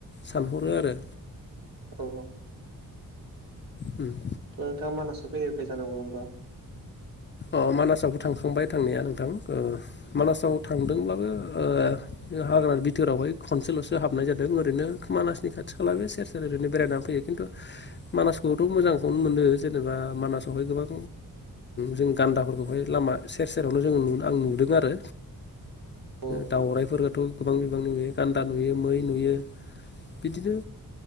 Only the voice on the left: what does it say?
सानहरो आरो
उम।
अ मानासावबो थांखांबाय थांनाया नोंथां ओ मानासाव
थांदोंब्लाबो ओ हाग्रा बिथोरावहाय खनसेल'सो हाबनाय जादों ओरैनो मानासनि खाथि खाला बे सेर सेर ओरैनो बेरायनानै फैयो। खिन्थु मानसखौथ' मोजांखौनो मोनो जेनेबा मानसावहाय गोबां जों गान्दाफोरखौहाय लामा सेर सेरावनो जों आं नुदों आरो।
दाउराइफोरखौथ' गोबां गोबां नुयो गान्दा नुयो मै नुयो। बिदिनो